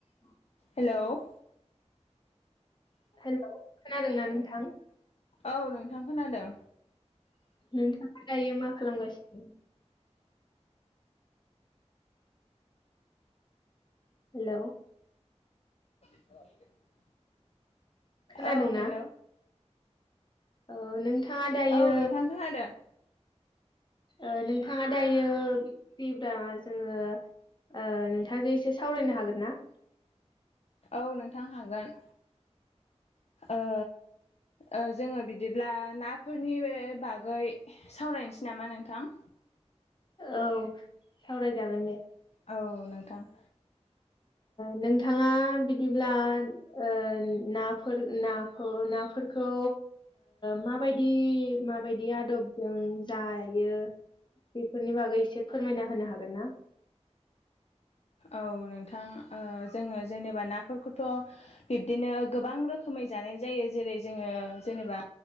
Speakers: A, on the left (about 40°); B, on the left (about 65°).
A: औ।
B: Hello.
A: Hello खोनादों ना नोंथां।
B: औ नोंथां खोनादों।
A: नोंथाङा दायो मा खालामगासिनो। हेल'।
B: <unintelligible>
A: खोनादोंना
B: औ हेल'
A: औ नोंथाङा दायो
B: औ नोंथां खोनादों।
A: ओ नोंथाङा दायो फ्रिब्ला जोङो ओ नोंथांजों एसे सावरायनो हागोन ना?
B: औ नोंथां हागोन ओ। ओ जोङो बिदिब्ला नाफोरनि बे बागै सावरायनोसै नामा नोंथां?
A: औ सावरायजागोन दे।
B: औ नोंथां।
A: नोंथाङा बिदिब्ला ओ नाफोर नाखौ नाफोरखौ माबायदि माबायदि आदबजों जायो। बेफोरनि बागै एसे फोरमायना होनो हागोन ना।
B: औ नोंथां ओ जोङो जेनेबा नाफोरखौथ' बिब्दिनो गोबां रोखोमै जानाय जायो जेरै जोङो जेनेबा